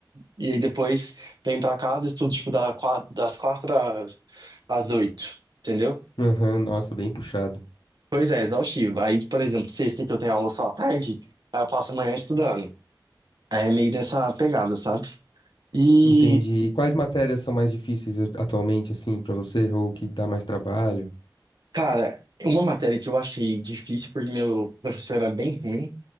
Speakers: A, on the right; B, on the left.
A: E aí depois venho pra casa, e estudo, tipo, da qua- das 4 às às 8, entendeu?
B: Aham, nossa, bem puxado.
A: Pois é, exaustivo. Aí, por exemplo, sexta que eu tenho aula só à tarde, aí eu passo a manhã estudando. Aí é meio nessa pegada, sabe? E,
B: Entendi. E quais matérias são mais difíceis a- atualmente, assim, pra você? Ou que dá mais trabalho?
A: cara, uma matéria que eu achei difícil, porque meu professor era bem ruim,